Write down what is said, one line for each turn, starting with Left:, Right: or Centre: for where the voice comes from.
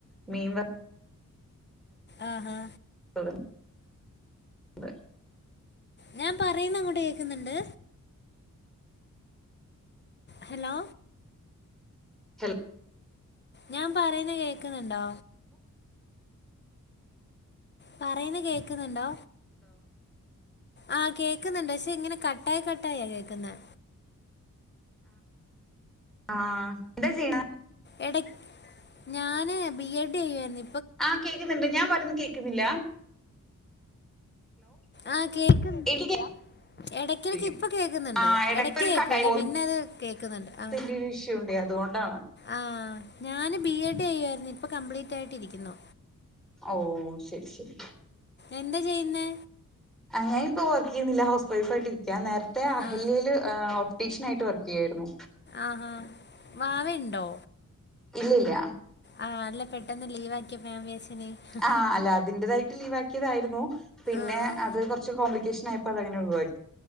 Centre: മീൻ വർ
Left: ആഹഹാ
Centre: അ <unintelligible>
Left: ഞാൻ പറയുന്ന അങ്ങോട്ട് കേക്കുന്നുണ്ട്. ഹലോ
Centre: ഹലോ
Left: ഞാൻ പറയുന്ന കേക്കുന്നുണ്ടോ? പറയുന്നു കേക്കുന്നുണ്ടോ? ആഹ് കേക്കുന്നുണ്ട് പക്ഷെ ഇങ്ങനെ കട്ടായി കട്ടായാ കേൾക്കുന്നേ?
Centre: ആഹ എന്താ ചെയ്യണെ?
Left: എട ഞാന് ബി എഡ് ചെയ്യാന്
Centre: ആഹ കേൾക്കുന്നുണ്ട് ഞാൻ പറന്ന് കേൾക്കുന്നില്ല.
Left: ആഹ് കേക്ക് നിട്ടുന്നില്ല
Centre: എനിക്ക്
Left: ഇടക്കടക്ക്
Centre: കേക്കുന്നില്ലേ
Left: ഇപ്പൊ കേൾക്കുന്നുണ്ട്
Centre: ആഹ് ഇടക്കൊരു
Left: ഇടക്ക് കേക്കൂല
Centre: കട്ടായി പോ
Left: പിന്നെ അത് കേക്കുന്നുണ്ട് ആഹ
Centre: ത്തിന്റെ ഒരു ഇഷ്യൂ ഉണ്ടേ അതുകൊണ്ടാണ്.
Left: ആ ഞാന് ബി എഡ് ചെയ്യായിരുന്നു ഇപ്പൊ കംപ്ലീറ്റ് ആയിട്ടിരിക്കുന്നു.
Centre: ഓ ശരി ശരി
Left: എന്താ ചെയ്യുന്നെ
Centre: ഞാനിപ്പോ വർക്ക് ചെയ്യുന്നില്ല ഹൗസ് വൈഫ് ആയിട്ട് ഇരിക്ക നേരത്തെ അഹലലിൽ
Left: ആ
Centre: ടീഷന ആയിട്ട് വർക്ക് ചെയ്യായിരുന്നു.
Left: ആഹാ വാവയുണ്ടോ?
Centre: ഇല്ല ഇല്ല
Left: ആഹ അല്ല പെട്ടെന്ന് ലീവ് ആക്കിയപ്പോ ഞാൻ വിജാരിച്ച്
Centre: ആ അല്ല അതിന്റേതായിട്ട് ലീവ് ആക്കിയതായിരുന്നു പിന്നെ
Left: ആഹാ
Centre: അത് കുറച്ച് കോംപ്ലിക്കേഷൻ ആയപ്പോ അത് അങ്ങനെ ഒഴിവായി